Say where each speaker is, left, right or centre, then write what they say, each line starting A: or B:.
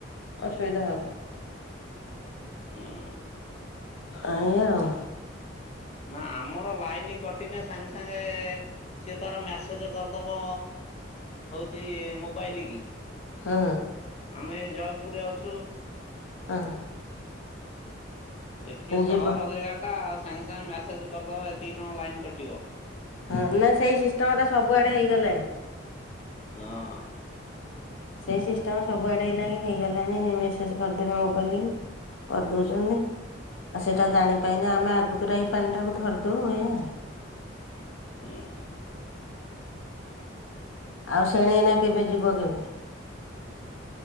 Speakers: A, on the left; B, on the left.
A: ଅସୁବିଧା ହବ।
B: ହୁଁ
A: ଆଜ୍ଞା ଆଉ
B: ନା ଆମର ଲାଇନି କଟିନି ସାଙ୍ଗେ ସାଙ୍ଗେ ସିଏ ତାର ମ୍ୟାସେଜ୍ କରିଦେବ ହେଉଛି ମୋବାଇଲ କି
A: ହୁଁ।
B: ଆମେ ଏ ଜୟପୁରରେ ଅଛୁ
A: ହୁଁ
B: ଏଠି
A: ହଁ
B: ସହରଜାଗା
A: ଯିବ
B: ଟା ସାଙ୍ଗେ ସାଙ୍ଗେ ମେସେଜ କରିଦବ ଏତିକି ସମୟ ଲାଇନ କଟିବ।
A: ହଁ ନା ସେଇ ସିଷ୍ଟମ ଟା ସବୁଆଡ଼େ ହେଇଗଲାଣି।
B: ହଁ।
A: ସେଇ ସିଷ୍ଟମ ସବୁଆଡେ ଏଇନା ହେଇଗଲାଣି ମେସେଜ କରିଦେବେ ମୋବାଇଲ ରେ କରିଦଉଛନ୍ତି ଆଉ ସେଇଟା ଜାଣିପନି ଆମେ ଆଗତର ଏଇ ପାଣି ଟାକୁ ଧରିଦଉ ଏଇଆ।
B: ହୁଁ।
A: ଆଉ ଶେଣେ ନା କେବେ ଯିବ କେବେ?